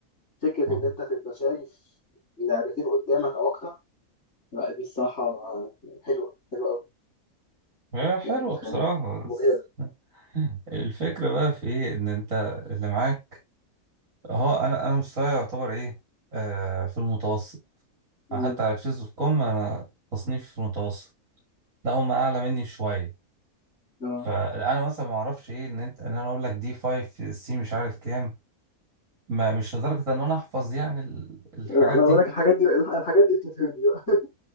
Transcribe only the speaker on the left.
فكرة
إن أنت تبقى شايف لعبتين قدامك أو أكتر لا دي الصراحة حلوة حلوة قوي
يعني بتخلي
مبهرة
مم.
آه.
لا، وانا
بقول لك الحاجات دي الحاجات دي بتفهمني بقى